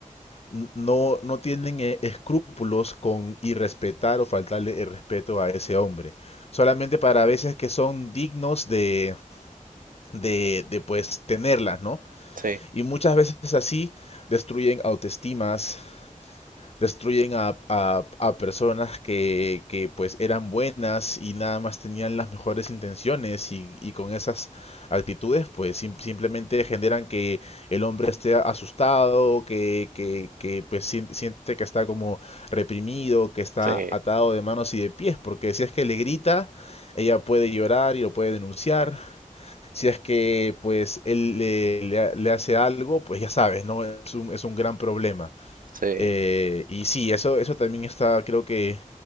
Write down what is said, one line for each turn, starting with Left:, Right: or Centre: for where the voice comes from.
Left: n- no, no tienen eh, escrúpulos con irrespetar o faltarle el respeto a ese hombre. Solamente para veces que son dignos de, de, de pues tenerlas, ¿no?
Right: sí,
Left: Y muchas veces así destruyen autoestimas, destruyen a, a- a personas que, que, pues eran buenas y nada más tenían las mejores intenciones y, y con esas actitudes pues sim- simplemente generan que el hombre esté asustado, que, que, que, pues sien- siente que está como reprimido, que está
Right: sí,
Left: atado de manos y de pies, porque si es que le grita, ella puede llorar y lo puede denunciar, si es que pues él le, le- le hace algo, pues ya sabes, ¿no? Es un, es un gran problema.
Right: sí.
Left: Eh, y sí, eso, eso también está, creo que,